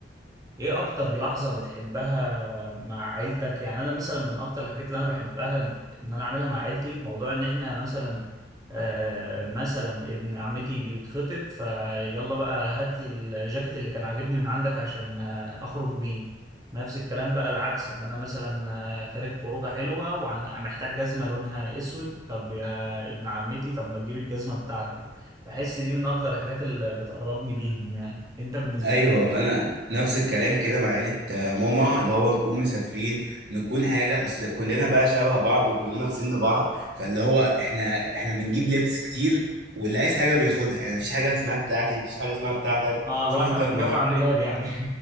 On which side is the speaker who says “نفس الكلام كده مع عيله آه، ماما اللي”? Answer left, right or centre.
Right